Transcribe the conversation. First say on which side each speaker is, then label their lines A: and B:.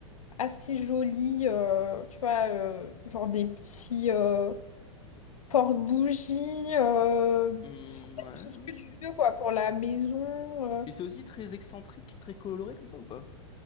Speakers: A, on the left; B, on the left.
A: assez jolis, euh, tu vois, euh, genre des petits euh, porte-bougies, euh, en
B: Hmm, ouais.
A: fait, tout ce que tu veux, quoi, pour la maison. euh.
B: Et c'est aussi très excentrique, très coloré comme ça ou pas?